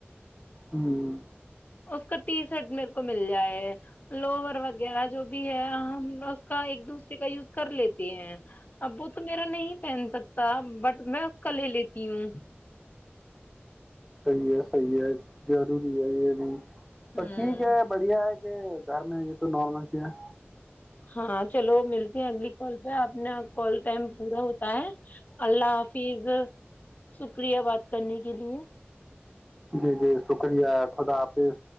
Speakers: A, in the centre; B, on the left (about 40°).
A: ہممم
B: اس کا ٹی شرٹ میرے کو مل جائے لوور وغیرہ جو بھی ہے ہم اس کا ایک دوسرے کا یوز کر لیتے ہیں اب وہ تو میرا نہیں پہن سکتا بٹ میں اس کا لے لیتی ہوں
A: صحی ہے سحی ہے ضری ہے یہ بھی تو
B: ہوں
A: ٹھیک ہے بڑھیا ہے گھر میں یہ تو نارمل چ ہے
B: ہاں چلو ملتی ہیں اگلی کال پہ آ نے کال ٹائم پورورا ہوتا ہے اللہ حفظ شکریہ بات کرنے کے لیے
A: جی جی شکریہ خدا حافظ